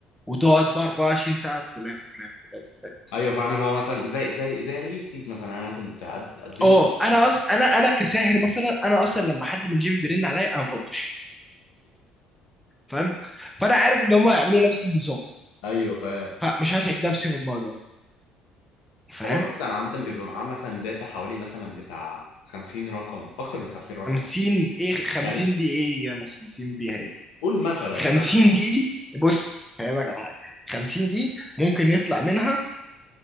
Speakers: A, in the centre; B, on the left (about 80°).
A: وتقعد بقى 24 ساعه في كليات كليات كليات
B: ايوه فاهم اللي هو مثلا زي زي زي الريل استيت مثلا انا كنت قد- قدمت
A: اه انا
B: على-
A: أص... انا انا كساهر مثلا انا اصلا لما حد من جيبي بيرن عليا انا ما بردش فاهم فانا عارف ان هم هيعملوا نفس النظام
B: ايوه فاهم
A: فمش هتعب نفسي في الموضوع ده فاهم
B: هو اصلا عامه بيبقى معاه مثلا داتا حوالي مثلا بتاع 50 رقم اكتر من 50 رقم
A: 50 ايه 50
B: يعني
A: دي ايه يا ما 50 بيها دي
B: قول مثلا
A: 50
B: مثلا
A: دي بص فاهمك على حاجه 50 دي ممكن يطلع منها